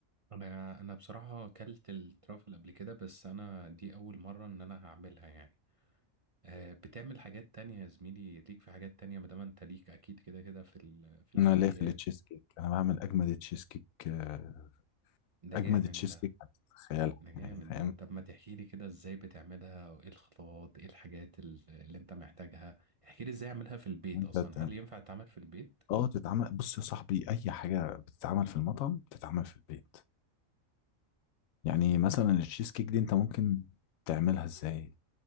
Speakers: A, on the right; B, on the left.
A: طب انا انا بصراحة اكلت الترافل قبل كده بس انا دي اول مرة ان انا هعملها يعني آه بتعمل حاجات تانية يا زميلي ليك في حاجات تانية ما دام انت ليك اكيد كده كده في ال- في الحلويات
B: انا ليا في التشيز كيك انا بعمل اجمد تشيز كيك آه،
A: ده
B: اجمد
A: جامد
B: تشيز
A: ده
B: كيك هتتخيل
A: ده جامد
B: يعني فاهم
A: ده طب ما تحكي لي كده ازاي بتعملها وايه الخطوات ايه الحاجات ال- اللي انت محتاجها احكي لي ازاي اعملها في البيت
B: انت
A: اصلا
B: ت-
A: هل ينفع تعمل في البيت
B: اه تتعمل بص يا صاحبي اي حاجه بتتعمل في المطعم بتتعمل في البيت يعني مثلا التشيز كيك دي انت ممكن تعملها ازاي